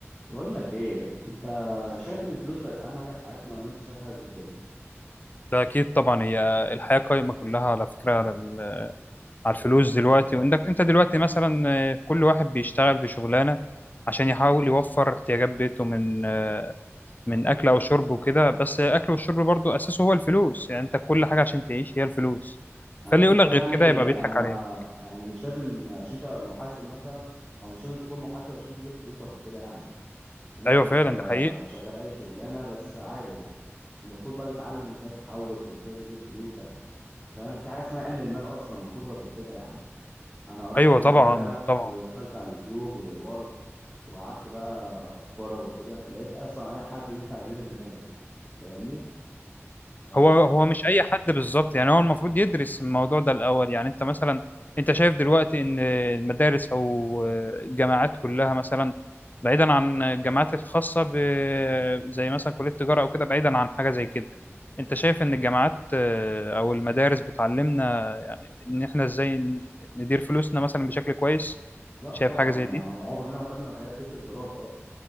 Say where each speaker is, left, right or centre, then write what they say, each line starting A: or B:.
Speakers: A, on the left (about 15°); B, on the left (about 35°).
A: بقول لك ايه انت شايف ان الفلوس بقت اهم حاجه في حياتنا ولا انت شايف حاجه غير كده
B: ده اكيد طبعا هي الحياه قايمه كلها على فكره على ال- على الفلوس دلوقتي وانك انت دلوقتي مثلا آه، كل واحد بيشتغل في شغلانه عشان يحاول يوفر احتياجات بيته من آه، من اكل او شرب وكده بس اكل والشرب برضو اساسه هو الفلوس يعني انت كل حاجه عشان تعيش هي الفلوس
A: على
B: فاللي
A: الفكره
B: يقول لك غير
A: يعني
B: كده يبقى
A: انا
B: بيضحك عليك
A: يعني مش لازم عشان تبقى محاسب مثلا او مش لازم تكون محاسب عشان تدير فلوسك وكده يعني أنت ممكن
B: ايوه فعلا
A: تبقى
B: ده حقيقي
A: شغال اي شغلانه بس عادي المفروض بقى تتعلم ازاي تحوش وازاي تدير فلوسك فاهم في حاجه اسمها علم المال اصلا وكتب وكده يعني انا قريت
B: ايوه
A: كذا
B: طبعا
A: حاجه
B: طبعا
A: ودخلت على اليوتيوب ودورت وقعدت بقى اتفرج وكده لقيت اصلا اي حد ينفع يدير المال فاهمني ف...
B: هو هو مش اي حد بالظبط يعني هو المفروض يدرس الموضوع ده الاول يعني انت مثلا انت شايف دلوقتي ان المدارس او الجامعات كلها مثلا بعيدا عن الجامعات الخاصه ب... زي مثلا كليه التجاره او كده بعيدا عن حاجه زي كده انت شايف ان الجامعات آه، او المدارس بتعلمنا ان احنا ازاي ن- ندير فلوسنا مثلا بشكل كويس
A: لا
B: شايف
A: طبعا
B: حاجه زي
A: يعني
B: دي
A: عمرنا ما خدنا الحاجات دي في الدراسة أصلا